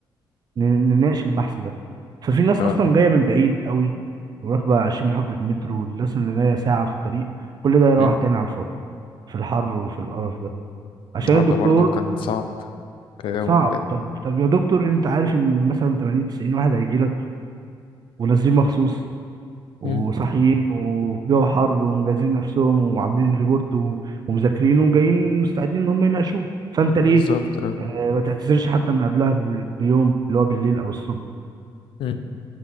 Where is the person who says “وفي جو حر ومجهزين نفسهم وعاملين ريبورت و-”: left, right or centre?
Right